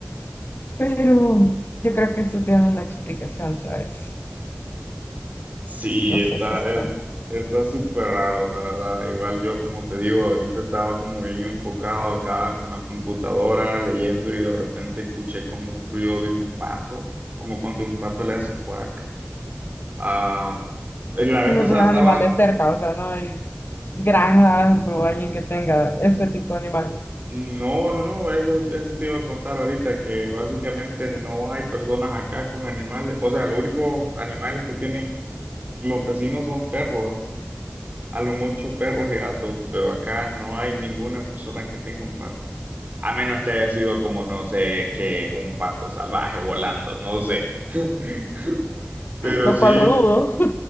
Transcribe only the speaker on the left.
Pero yo creo que eso tiene una explicación, ¿sabes?
No
sé si está.
Y no
tenés
animales cerca, o sea, no hay granjas o alguien que tenga este tipo de animales,
lo
cual lo dudo.